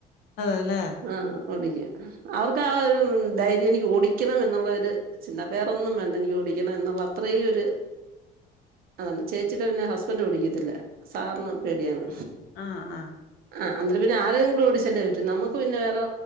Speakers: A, on the left; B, on the right.
A: അതെലേ.
B: ആഹ് ഓടിക്കും. അവർക്ക് ആ ഒരു ധൈര്യം എനിക്ക് ഓടിക്കണം എന്നുള്ള ഒര് ചിന്ത വേറൊന്നും വേണ്ട എനിക്ക് ഓ ടിക്കണം എന്നുള്ള അത്രേ ഒര് ആണ് ചേച്ചിടെ പിന്നെ ഹസ്ബന്റ് ഓടിക്കത്തില്ല സാറിന് പേടിയാണ്.
A: ആഹ് ആഹ്.
B: ആ അന്നേരം പിന്നെ ആരെങ്കിലും ഓടിച്ചെല്ലേ പറ്റു നമുക്ക് പിന്നെ വേറെ